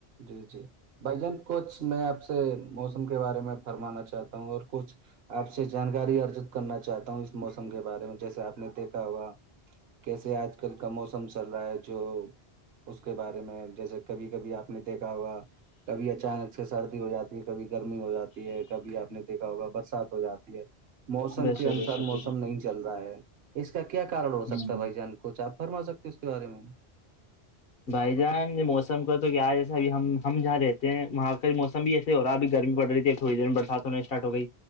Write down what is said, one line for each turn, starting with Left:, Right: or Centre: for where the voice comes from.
Right: جی جی بھائی جان کچھ میں آپ سے موسم کے بارے میں فرمانا چاہتا ہوں اور کچھ آپ سے جانکاری ارجت کرنا چاہتا ہوں اس موسم کے بارے میں جیسے آپ نے دیکھا ہوا کیسے آج کل کا موسم چل رہا ہے جو اس کے بارے میں جیسے کبھی کبھی آپ نے دیکھا ہوگا کبھی اچانک سے سردی ہو جاتی کبھی گرمی ہو جاتی ہے کبھی آپ نے دیکھا ہوگا برسات ہو جاتی ہے موسم
Left: بے
Right: کے
Left: شک
Right: انسار
Left: بے شک
Right: موسم نہیں ج چل رہا ہے اس کا کیا کارن ہو سکتا
Left: ہ
Right: ہے بھائی جان کچھ آپ فرما سکتے اس کے بارے میں
Left: بھائی جان موسم کو تو کیا ہے جیسا ابھی ہم ہم جہاں رہتے ہیں وہاں کا موسم بھی ایسے ہو رہا اب گرمی پڑ رہی تھی تھڑی دیر میں برسات ہونے اسٹارٹ ہو گئی